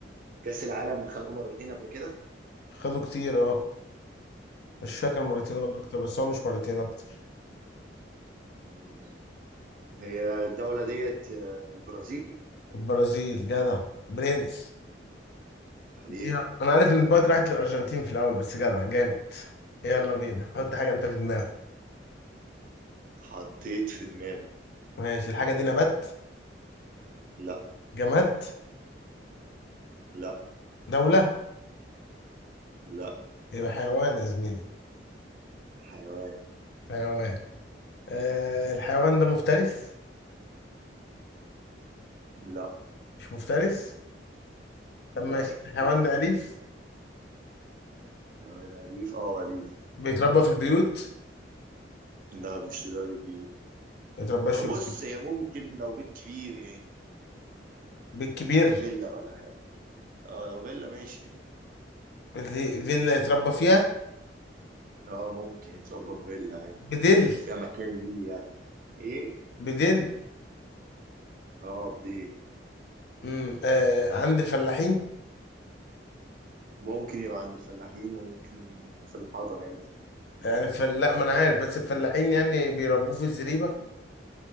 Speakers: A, on the right; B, on the left.
A: كاس العالم خدوا مرتين قبل كده
B: خدوا كتير اه مش فاكر مرتين ولا أكتر بس هو مش مرتين أكتر
A: مم. هي الدوله ديت آه، البرازيل
B: البرازيل جدع برنس
A: حبيبي
B: يلا أنا عارف إن دماغك راحت للأرجنتين في الأول بس جدع جامد يلا بينا حط حاجة أنت في دماغك
A: حطيت في دماغي
B: ماشي الحاجة دي نبات
A: لا
B: جماد
A: لا
B: دولة
A: لا
B: يبقى حيوان يا زميلي
A: حيوان
B: حيوان آه الحيوان ده مفترس
A: لا
B: مش مفترس طب
A: لا
B: ماشي
A: مش مفترس
B: الحيوان ده أليف
A: حيوان أليف أو أليف
B: بيتربى في البيوت
A: لا مش لدرجة بيوت
B: ما يترباش
A: أو
B: في
A: بص
B: البيت
A: هي ممكن لو بيت كبير يعني
B: بيت كبير
A: فيلا ولا حاجة اه لو فيلا ماشي
B: في- فيلا يتربى فيها
A: اه ممكن يتربى في فيلا عادي
B: بدل
A: لو فيها مكان ليه يعني ايه
B: بدل
A: اه بديل
B: مم. آه عند الفلاحين
A: ممكن يبقى عند الفلاحين وممكن يكون في الحضر عادي
B: يعني فل... لا ما انا عارف بس الفلاحين يعني بيربوه في الزريبة